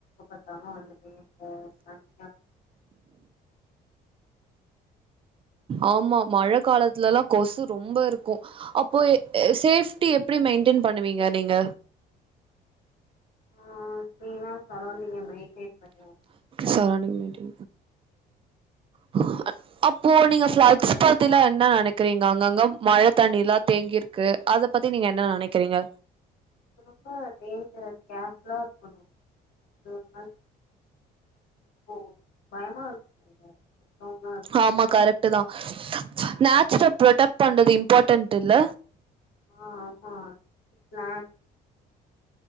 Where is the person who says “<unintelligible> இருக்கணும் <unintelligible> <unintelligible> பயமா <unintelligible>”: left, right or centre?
Left